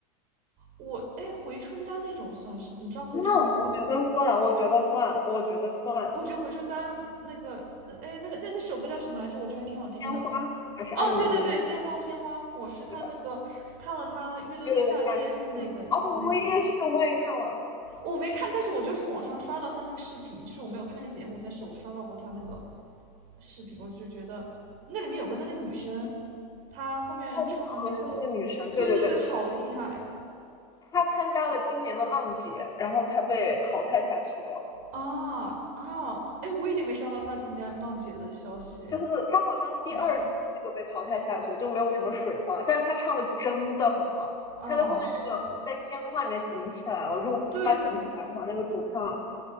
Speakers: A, on the right (about 50°); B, on the left (about 20°).
A: 我哎，回春丹那种算是，你知道回春丹吗？
B: 那我觉得算，我觉得算，我觉得算，
A: 我觉得回春丹那个，呃哎，那个那那首歌叫什么来着？我觉得还挺好听的。
B: 鲜花还是艾米丽。
A: 哦，对对对，鲜花鲜花，我是看那个看了他乐队的夏天的那个那个，
B: 对吧？乐队的夏天。哦，我也是，我也看了。
A: 我没看，但是我就是网上刷到他那个视频，就是我没有看那个节目，但是我刷到过他那个视频，我就觉得那里面有个那个女生，她后面唱的那个，
B: 哦，那个和珅那个女神，对对对，
A: 对对对，好厉害。
B: 她参加了今年的浪姐，然后她被淘汰下去了。
A: 啊啊，哎，我一点没刷到他参加浪姐的消息，哎
B: 就是她好像第二期就被淘汰下去，
A: 还是
B: 就没有什么水花。但是她唱的真的很好，
A: 啊，
B: 她在后面那个在鲜花里面顶起来了。
A: 是的，
B: 如果不是她顶起来的话，
A: 对对
B: 那个主唱